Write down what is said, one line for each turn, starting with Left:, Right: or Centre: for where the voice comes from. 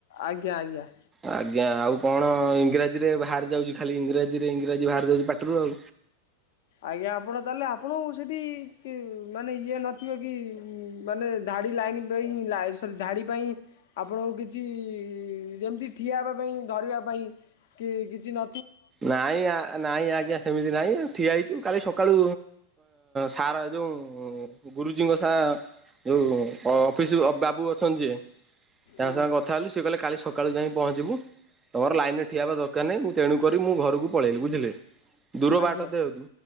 Left: ଆଜ୍ଞା ଆଜ୍ଞା।
Right: ଆଜ୍ଞା ଆଉ କଣ ଇଂରାଜୀରେ ବାହାରି ଯାଉଛି ଖାଲି ଇଂରାଜୀରେ ଇଂରାଜୀ ବାହାରି ଯାଉଛି ପାଟରୁ ଆଉ।
Left: ଆଜ୍ଞା ଆପଣ ତାହେଲେ ଆପଣ ସେଠି ମାନେ ଇଏ ନଥିବ କି। ମାନେ ଧାଡ଼ି ଲାଇନ୍ ପାଇଁ ସରି ଧାଡ଼ି ପାଇଁ ଆପଣଙ୍କୁ କିଛି ଯେମିତି ଠିଆ ହେବା ପାଇଁ ଧରିବା ପାଇଁ କି କିଛି ନ
Right: ନାଇଁ ନାଇଁ ଆଜ୍ଞା। ସେମିତି ନାହିଁ ଠିଆ ହେଇଛୁ କାଲି ସକାଳୁ ସାର ଯେଉଁ ଗୁରୁଜୀଙ୍କ ସ ଯୋଉ ଅଫିସ ବାବୁ ଅଛନ୍ତି ଯେ ତାଙ୍କ
Left: ଆଜ୍ଞା
Right: ସାଙ୍ଗ କଥା ହେୁ ସେି କିଲେ କାଲି ସକାଳୁ ଯାଇଁ ପହଞ୍ଚିବୁ ତମରାଇନ୍ର ଠିଆ ହେବା ଦରକାର ନାହିଁ, ମୁଁ ତଣୁ କରି ମୁଁ ଘରକୁ ପଳେଇଲି ବୁଝିଲେ ଦୂର ବାଟ
Left: ଆଜ୍ଞା
Right: ଦେହ ତୁ